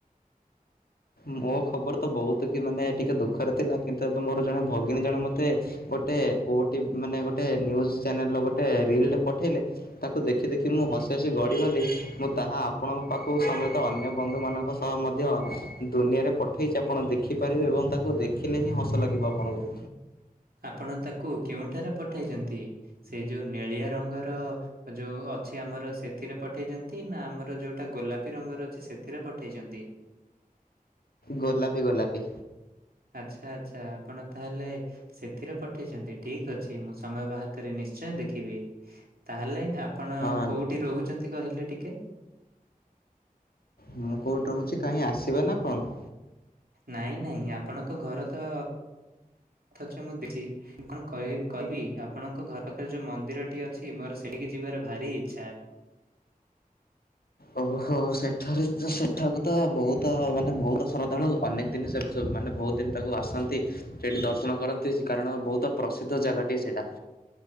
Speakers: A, on the left; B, on the right.
A: ମୋ ଖବର ତ ବହୁତ କି ମାନେ ଟିକେ ଦୁଃଖରେ ଥିଲା କିନ୍ତୁ ଏବେ ମୋର ଜଣେ ଭଗିନୀ ଜଣେ ମତେ ଗୋଟେ ଓଟିଭି ମାନେ ଗୋଟେଜ ନିୟୁଜ୍ ଚାନେଲ ଗୋଟେ ରିଲଟେ ପଠେଇଲେ ତାକୁ ଦେଖି ଦେଖି ମୁଁ ହସି ହସି ଗଡ଼ିଗଲି ମୁଁ ତାହା ଆପଣଙ୍କ ପାଖକୁ ସମେତ ଅନ୍ୟ ବନ୍ଧୁମାନଙ୍କ ସହ ମଧ୍ୟ ଦୁନିଆରେ ପଠେଇଛି ଆପଣ ଦେଖିପାରିବେ ଏବଂ ତାକୁ ଦେଖିଲେ ହିଁ ହସ ଲାଗିବ ଆପଣଙ୍କୁ।
B: ଆପଣ ତାକୁ କେଉଁଠାରେ ପଠେଇଛନ୍ତି ସେ ଯୋଉ ନେଳିଆ ରଙ୍ଗର ଯୋଉ ଅଛି ଆମର ସେଥିରେ ପଠେଇଛନ୍ତି ନା ଆମର ଯୋଉଟା ଗୋଲାପୀ ରଙ୍ଗର ଅଛି ସେଥିରେ ପଠେଇଛନ୍ତି। <inaudible>
A: ଗୋଲାପୀ ଗୋଲାପୀ।
B: ଆଚ୍ଛା ଆଚ୍ଛା ଆପଣ ତାହେଲେ ସେଥିରେ ପଠେଇଛନ୍ତି ଠିକ୍ ଅଛି ମୁଁ ସମୟ ବାହାର କରି ନିଶ୍ଚୟ ଦେଖିବି ତାହେଲେ ଆପଣ
A: ହଁ
B: କୋଉଠି ରହୁଛନ୍ତି କହିଲେ ଟିକେ।
A: ମୁଁ କୋଉଠି ରହୁଛି କାହିଁ ଆସିବେ ନା କଣ?
B: ନାଇଁ ନାଇଁ ଆପଣଙ୍କ ଘର ତ ଥା ମୁଁଛି କଣ କହିବି ଆପଣଙ୍କ ଘର ପାଖରେ ଯୋଉ ମନ୍ଦିର ଟି ଅଛି ମୋର ସେଠିକି ଯିବାର ଭାରି ଇଚ୍ଛା।
A: ଓହୋ ସେଠାରେ ସେଠାକୁ ତ ବହୁତ ମାନେ ବହୁତ ଶ୍ରଦ୍ଧାଳୁ ଅନେକ ଦିନବୁ ମାନେ ବହୁତ ଦିନ ତାକୁ ଆସା ସେଠି ଦର୍ଶନ କରନ୍ତି, କାରଣ ବହୁତ ପ୍ରସିଦ୍ଧ ଜାଗାଟିଏ ସେଇଟା।